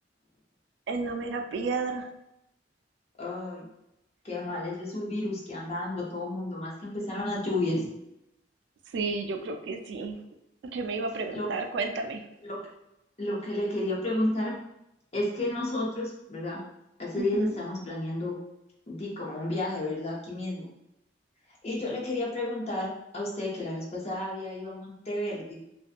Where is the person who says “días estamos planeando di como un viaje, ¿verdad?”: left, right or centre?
Left